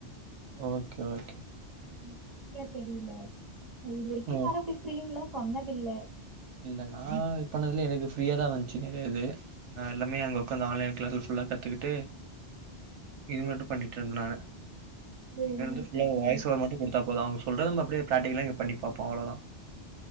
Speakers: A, on the right; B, on the right.
A: ஓகே ஓகே
B: எனக்கே ஃப்ரீயா தெரியுல இது வெரிக்கு
A: ம்
B: யாரு அப்டி ஃப்ரீலா சொன்னதில்ல
A: இல்ல நா இது பண்ணதுலயே எனக்கு ஃப்ரீயா தா வந்ச்சு நறைய இது நா எல்லாமே அங்க ஒக்காந்து ஆன்லைன் கிளாஸ்ல ஃபுல் லா கத்துக்கிட்டு இது மட்டு பண்ணிட்டு இருந்த நானு
B: ஓ
A: இங்க இருந்து
B: ஓகே
A: ஃபுல்லா வாயஸ்ஓவர் மட்டு குடுத்தா போதோ அவுங்க சொல்றத நம்ம அப்டியே பிராக்டிகலா இங்க பண்ணி பாப்போ அவ்ளோதா